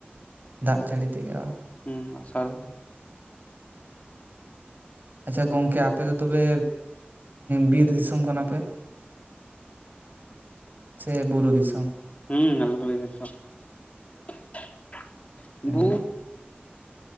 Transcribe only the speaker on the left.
ᱦᱩᱸ ᱟᱥᱟᱲ
ᱦᱩᱸ ᱟᱞᱮ ᱫᱚ ᱵᱩᱨᱩ ᱫᱤᱥᱚᱢ, <unintelligible>